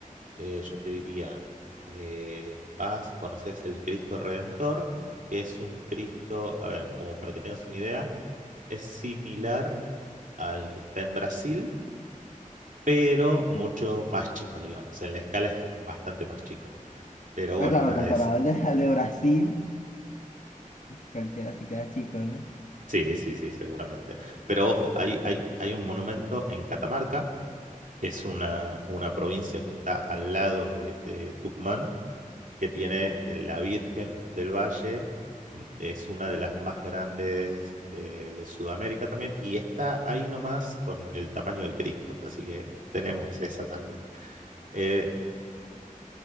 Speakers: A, on the right (about 65°); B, on the left (about 60°).
A: eh, yo te diría, eh, vas, conoces el Cristo Redentor, que es un Cristo, a ver, como para que tengas una idea, es similar al que está en Brasil, pero
B: Ok.
A: mucho más chico, digamos, en la escala es bastante más chico. Pero bueno,
B: Ah, claro,
A: nada,
B: comparado
A: es...
B: al de, <laughs> al de Brasil, cualquiera se queda chico, ¿no?
A: Sí, sí, sí, seguramente. Pero ojo, hay, hay, hay un monumento en Catamarca, que es una, una provincia que está al lado de de Tucumán que tiene eh, la Virgen del Valle. mm, Es una de las más grandes eh, de Sudamérica también y está ahí nomás con el tamaño del Cristo. Así que tenemos <laughs> esa también. Eh,